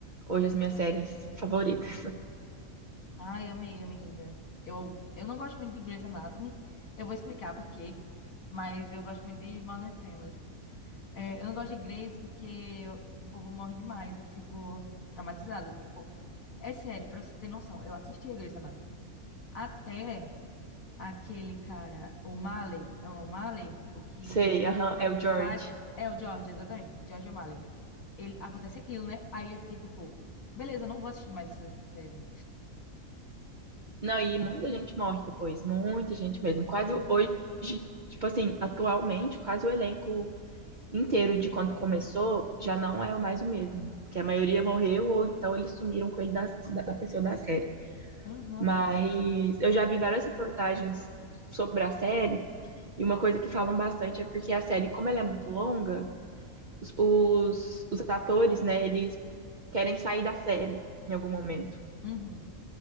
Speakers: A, on the right; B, on the left.
A: hoje as minhas séries favoritas.
B: Ai, amei, amiga. Eu, eu não gosto muito de Grey's Anatomy, eu vou explicar por quê, mas eu gosto muito de Modern Family. É, eu não gosto de Grey's porque eu- o povo morre demais, eu fico traumatizada. Tipo, é sério, pra você ter noção, eu assisti a Grey's Anatomy. Até aquele cara, O'Malley, é o O'Malley, o
A: <laughs>
B: que
A: Sei, aham, é
B: ele
A: o George.
B: sai, é o George, exatamente, George O'Malley. Ele, acontece aquilo, né? Aí eu fiquei tipo, beleza, não vou assistir mais essa série.
A: Não, e muita gente morre depois, muita gente mesmo. Quase
B: Exatamente.
A: hoje, tipo assim, atualmente, quase o elenco. inteiro de quando começou, já não é mais o mesmo. Porque a maioria morreu ou então eles sumiram com ele da, da, da pessoa da série.
B: Aham,
A: Mas eu já vi várias reportagens sobre a série e uma coisa que falam bastante é porque a série, como ela é muito longa, os, os, os atores, né, eles querem sair da série em algum momento.
B: uhum,